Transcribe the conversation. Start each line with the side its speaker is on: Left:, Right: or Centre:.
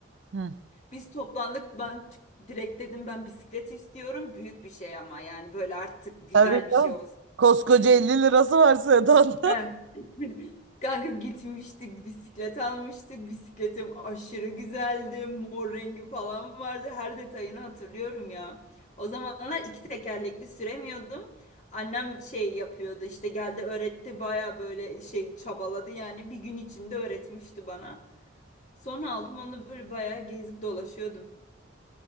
Right: Hmm.
Left: Biz toplandık. Ben t- direkt dedim ben bisiklet istiyorum. Büyük bir şey ama yani böyle artık güzel
Right: Tabii
Left: bir şey
Right: canım.
Left: olsun.
Right: Koskoca 50 lirası var Sedan.
Left: Ben. <laughs> Kanka gitmiştik bisiklet almıştık. Bisikletim aşırı güzeldi. Mor rengi falan vardı. Her detayını hatırlıyorum ya. O zamanlar iki tekerlekli süremiyordum. Annem şey yapıyordu işte geldi öğretti baya böyle şey çabaladı yani bir gün içinde öğretmişti bana. Sonra aldım onu böyle baya gezip dolaşıyordum.